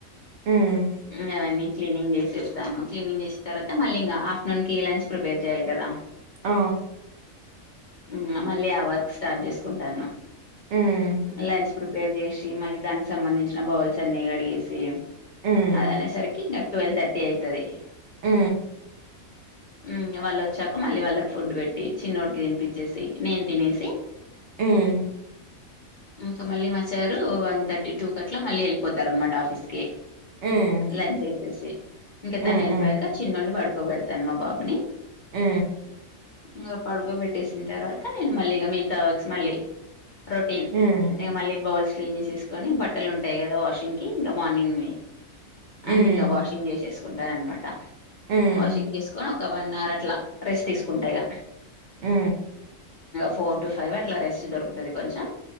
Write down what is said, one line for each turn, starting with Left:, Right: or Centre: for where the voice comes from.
Right: హ్మ్.
Left: ఇగ ఇవన్నీ క్లీనింగ్ చేసేస్తాను క్లీనింగ్ చేసిన తర్వాత మళ్ళీ ఇంకా ఆఫటర్నూన్ కి లంచ్ ప్రిపేర్ చేయాలి కదా
Right: ఆ
Left: ఆహా మళ్ళీ ఆ వర్క్ స్టార్ట్ చేసుకుంటాను.
Right: హ్మ్.
Left: లంచ్ ప్రిపేర్ చేసి మళ్ళీ దానికి సంబంధించిన బౌల్స్ అన్ని కడిగేసి
Right: హ్మ్.
Left: అది అనేసరికి ఇంకా ట్వెల్ థర్టీ అయితది.
Right: ఆ
Left: ఉమ్ వాళ్ళు వచ్చాక మళ్ళీ వాళ్ళకి ఫుడ్ పెట్టి చిన్నోడికి తినిపెచ్చేసి నేను తినేసి
Right: హ్మ్.
Left: ఇంకా మళ్ళీ మ సార్రు వన్ థర్టీ టూ క అట్లా మళ్ళీ వెళ్ళిపోతారు అనమాట ఆఫీస్ కి
Right: హ్మ్.
Left: లంచ్ చేసేసి ఇంకా
Right: హ్మ్.
Left: తను వెళ్ళిపోయాక చిన్నోడిని పడుకోబెడతాను మా బాబుని
Right: ఆ
Left: ఇంగ పడుకోబెట్టేసిన తర్వాత నేను మళ్ళీ మిగతా వర్క్స్ మళ్ళీ రొ
Right: హ్మ్.
Left: ఇంక మళ్ళీ బౌల్స్ క్లీన్ చేసేసుకొని బట్టలు ఉంటాయి కదా వాషింగ్కి ఇంకా మార్నింగ్ని
Right: హ్మ్.
Left: అన్ని ఇగ వాషింగ్ చేసేసుకుంటాను అనమాట
Right: హ్మ్.
Left: వాషింగ్ చేసుకొని ఒక వన్ అవర్ అట్లా రెస్ట్ తీసుకుంటాక ఇగ
Right: ఆ
Left: ఫోర్ టు ఫైవ్ అట్లా రెస్ట్ దొరుకుతది కొంచెం